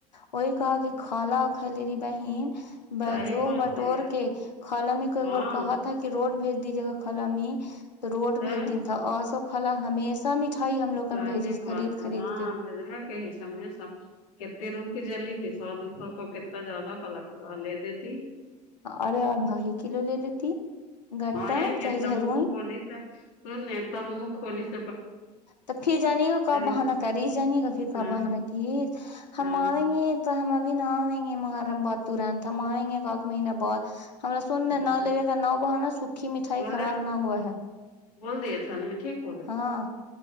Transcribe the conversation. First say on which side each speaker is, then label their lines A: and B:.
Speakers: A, on the left; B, on the left.
A: وہی کہ کہ کھلا ا کلی بہن <inaudible> ب
B: صحیح
A: جوہ
B: بات
A: بٹور
B: ہے یار
A: کے خالمی کو ایک
B: ہاں
A: بار کہ <inaudible> تھا کہ روڈ بھیج دیجیے گا کلا میں تو روڈ
B: صحیح
A: بھیج دین تھا اور سو کلا ہمیشہ میں <inaudible> ھ ہی ہم لوگن
B: صحیح
A: بھیجی
B: بات
A: خرید
B: ہے
A: خرید
B: ہاں
A: <inaudible>
B: بجو کے ہے سم سا کتتے روم کی جلی تھی <inaudible> سو دو سو کو کتنا زیادہ کا لگتا لے دیتی <inaudible>
A: ارے اور دھائی کلو لے لیتی <unintelligible> گٹا
B: ہاں
A: چاہے
B: تو
A: جہروئی
B: م خولیس سن تو م خولیس <inaudible>
A: تو پھر جانیے گا کب بہانہ
B: ہیں
A: کری جانیے گا پھر کا
B: ہاں
A: بہانہ کی <inaudible> ہم
B: ہاں
A: آئیں گے تو ہم ابھی نہ آئیں گے محرم باد ترنت ہم آئیں گے کاک مہینہ بہت <inaudible> ہما سن
B: ہاں
A: ن نہ لے کا نا بہ نا سکھی مٹھائی
B: بولے
A: خراب نہ ہوا ہے <inaudible>
B: بول دیے تھا ن ٹھیک <inaudible>
A: ہاں